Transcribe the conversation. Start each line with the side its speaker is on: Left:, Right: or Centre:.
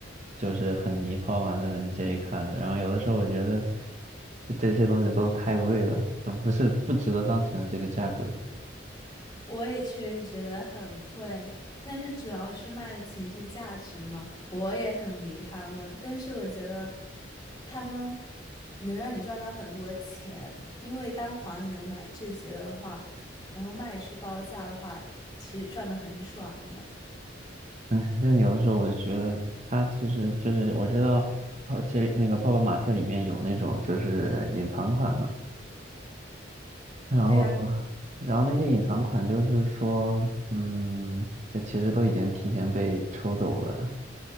Right: 就是很迷泡泡玛特很 J 卡的，然后有的时候我觉得就这些东西都太贵了，都不是不值得当前的这个价格。
Left: 我也确实觉得很贵，但是主要是卖的情绪价值嘛，我也很迷他们，但是我觉得他们能让你赚到很多钱，因为当黄牛买这些的话，然后卖出高价的话，其实赚的很爽的。
Right: 哎，但是有的时候我就觉得它其实就是我知道泡这那个泡泡玛特里面有那种就是隐藏款嘛，然后
Left: 对呀。
Right: 然后那些隐藏款就是说，嗯，这其实都已经提前被抽走了。